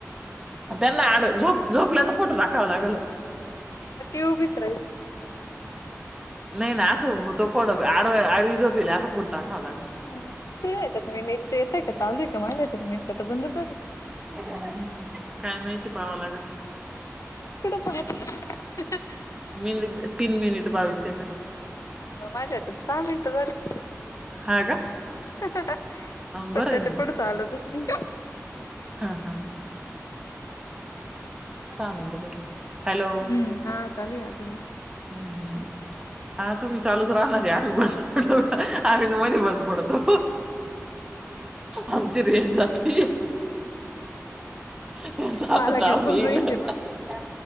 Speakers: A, on the right; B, on the left.
A: त्यांनाड झोपण्याचा फोटो टाकावा लागेल.
B: मग ती उभीच राहील.
A: नाही नाही असं तो फड आड आडवी झोपीला असं फोटो टाकावं लागेल ना.
B: तू यायच्यात मि येतय का चालू आहे का माझ्या यायच्यात मिनटं तर बंद झाली.
A: काय माहिती पाहावा लागेल.
B: <unintelligible>
A: मिट तीन मनिट बावीस से
B: ह माझ्यात सहा मिनटं झाली.
A: हा का
B: पण
A: बरं आहे
B: त्याच्या
A: ना मग
B: पुढचं आलंतच नाही.
A: हा हा सहा मिन बर. हॅलो
B: हम्म
A: हम्म
B: हा चालू आहे अजून
A: हम्म. हा तुम्ही चालूच राहणार रे आम्ही बंद पडतो आम्हीच मध्ये बंद पडतो. आमची रेंज जाती. <unintelligible>
B: मला काय फुल रेंज आहे मग